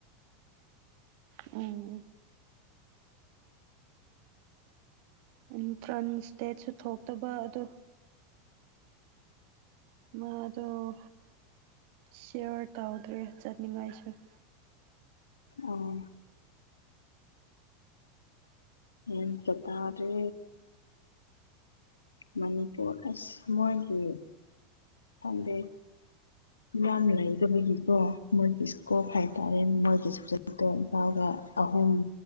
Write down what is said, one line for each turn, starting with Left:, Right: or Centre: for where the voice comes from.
Right: ꯎꯝ ꯎ ꯑꯦꯟꯇ꯭ꯔꯥꯟꯁ ꯗꯦꯠꯁꯨ ꯊꯣꯛꯇꯕ ꯑꯗꯣ ꯃꯥ ꯑꯗꯨꯣ ꯁꯔ ꯇ ꯍꯗ꯭ꯔꯔꯤ ꯆꯠꯅꯤꯡꯥꯏꯁꯃ
Left: ꯑꯣ ꯌꯦ ꯀꯇꯥꯔꯦ ꯃꯅꯤꯄꯨꯔ ꯑꯁꯤꯃꯣꯏꯒꯤ ꯐꯪꯗꯦ
Right: <inaudible>
Left: ꯏꯌꯥꯝ ꯂꯩꯕꯒꯤꯀꯣ ꯃꯣꯏꯒꯤ ꯏꯁꯀꯣꯞ ꯍꯥꯏꯇꯥꯔꯦ ꯃꯣꯏꯒꯤ ꯁꯕꯖꯦꯛꯇꯣ ꯏꯝꯐꯥꯎꯜꯒꯗ ꯑꯍꯨꯝ